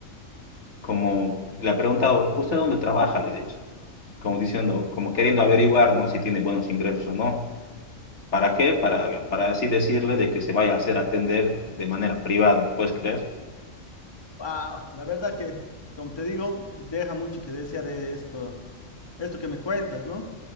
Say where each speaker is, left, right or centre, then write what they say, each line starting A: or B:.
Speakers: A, on the left; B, on the left.
A: como le ha preguntado, ¿usted dónde trabaja? Le he dicho, como diciendo, como queriendo averiguar, ¿no? Si tiene buenos ingresos o no. ¿Para qué? Para, para así decirle de que se vaya a hacer atender de manera privada, ¿puedes creer?
B: wow la verdad que, como te digo, deja mucho que desear de esto, esto que me cuentas, ¿no?